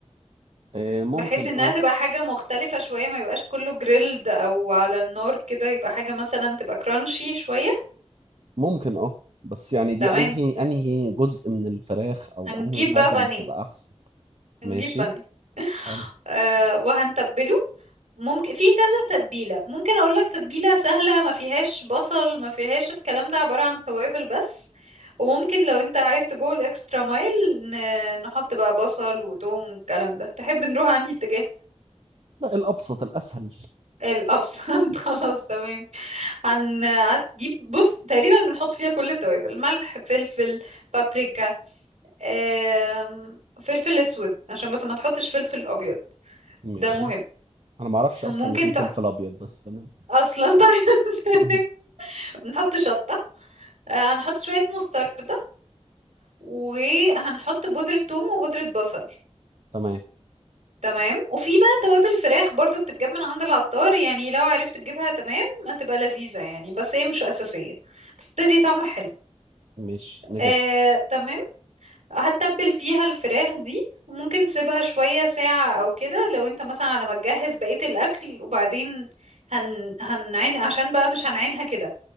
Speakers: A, on the right (about 60°); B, on the right (about 75°).
A: آه، ممكن
B: بحيث انها
A: اه
B: تبقى حاجة مختلفة شوية ما يبقاش كله جريلد او على النار كده يبقى حاجة مثلا تبقى كرانشي شوية
A: ممكن اه بس يعني دي
B: تمام
A: أنهي أنهي جزء من الفراخ أو
B: هنجيب
A: أنهي
B: بقى
A: حاجة
B: بانيه
A: اللي تبقى أحسن
B: هنجيب
A: ماشي
B: بانيه
A: حلو
B: آه، وهنتبله ممكن في كذا تتبيلة ممكن اقول لك تتبيلة سهلة ما فيهاش بصل ما فيهاش الكلام ده عبارة عن توابل بس وممكن لو انت عايز تجو الاكسترا مايل ن- نحط بقى بصل وتوم والكلام ده تحب نروح عن اتجاه
A: لا الأبسط الأسهل
B: الابسنت <laughs> خلاص تمام هن هتجيب بص تقريبا بنحط فيها كل التوابل ملح فلفل بابريكا آم، فلفل اسود عشان بس ما تحطش فلفل ابيض
A: ماشي
B: ده مهم
A: أنا معرفش
B: ممكن
A: أصلا إن في فلفل أبيض بس تمام
B: اصلا طيب
A: <laughs>
B: <laughs> نحط شطة آه، هنحط شوية مستردة وهنحط بودرة ثوم وبودرة بصل
A: تمام
B: تمام وفي بقى توابل فراخ برضو بتتجاب من عند العطار يعني لو عرفت تجيبها تمام هتبقى لذيذة يعني بس هي مش أساسية بس بتدي طعم حلو
A: ماشي نجيب
B: آه، تمام هتتبل فيها الفراخ دي ممكن تسيبها شوية ساعة أو كده لو انت مثلا على ما تجهز بقية الأكل وبعدين هن... هنعين عشان بقى مش هنعينها كده